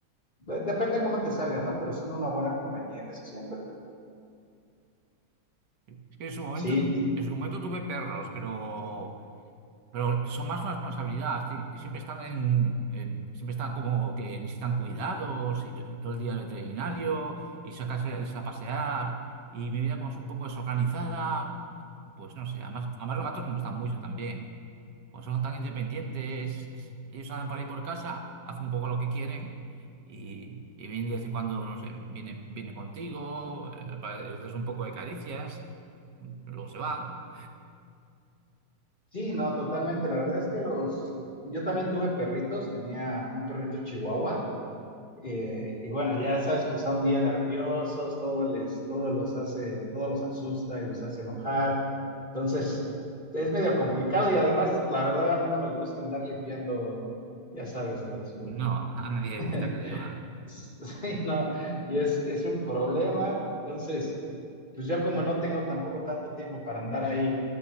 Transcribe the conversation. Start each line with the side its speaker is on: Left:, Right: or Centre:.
Left: de- depende de cómo te salga, ¿no? Pero son una buena compañía casi siempre.
Right: Es que en su momento,
Left: Sí,
Right: tu-
Left: t-
Right: en su momento tuve perros, pero pero son más una responsabilidad, si- siempre están en, en- siempre están como que necesitan cuidados y, to- y todo el día al veterinario y sacas a pasear y mi vida como es un poco desorganizada, pues no sé, además, además los gatos me gustan mucho también, como son tan independientes, es- ellos andan por ahí por casa, hacen un poco lo que quieren y, y vienen de vez en cuando, no sé, vienen, vienen contigo, eh, para- les das un poco de caricias, luego se van.
Left: sí, no, totalmente. La verdad es que los, yo también tuve perritos, tenía un perrito chihuahua Eh, y bueno, ya sabes que son bien nerviosos, todo les, todo los hace, todo los asusta y los hace enojar. Entonces, es medio complicado y además, la verdad, a mí no me gusta andar limpiando, ya sabes, ¿sabes? su...
Right: No, a nadie
Left: <laughs>
Right: le gusta, creo.
Left: Sí, no, y es, es un problema. Entonces, pues yo como no tengo tampoco tanto tiempo para andar ahí